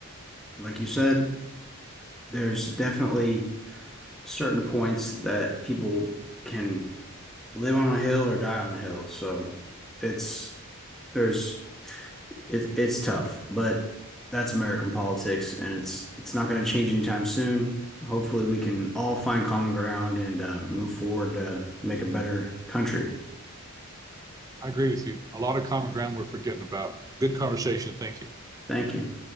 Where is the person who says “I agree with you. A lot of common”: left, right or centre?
Right